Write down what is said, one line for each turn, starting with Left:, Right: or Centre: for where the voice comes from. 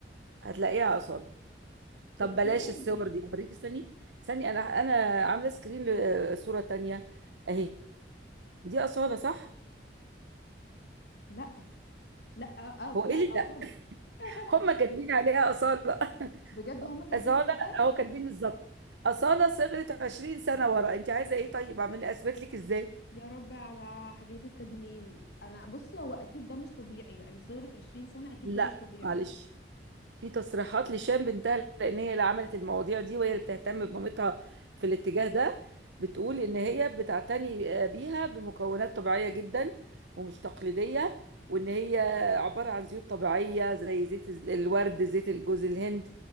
Right: هتلاقيها أصالة طب
Left: اوكي
Right: بلاش الصور
Left: م...
Right: دي هوريكي استني استني أنا أنا عاملة سكرين لصورة تانية أهي دي أصالة صح؟
Left: لا لا أه
Right: هو
Left: لا
Right: إيه اللي ده؟
Left: خالص
Right: <laughs>
Left: <laughs>
Right: هما كاتبين عليها أصالة <laughs>
Left: بجد هما كاتبين
Right: أصالة
Left: كده
Right: أهو كاتبين بالظبط أصالة صغرت 20 سنة ورا أنت عايزة إيه طيب أعمل أثبت لك إزاي؟
Left: يا رب على حاجات التجميل انا بصي هو اكيد ده مش طبيعي يعني صغرت 20 سنة اكيد
Right: لا
Left: ده مش طبيعي
Right: معلش في تصريحات لشام بنتها لان هي اللي عملت المواضيع دي وهي اللي بتهتم بمامتها في الاتجاه ده بتقول ان هي بتعتني آه، بيها بمكونات طبيعيه جدا ومش تقليديه وان هي عباره عن زيوت طبيعيه زي زيت الز- الورد زيت الجوز الهند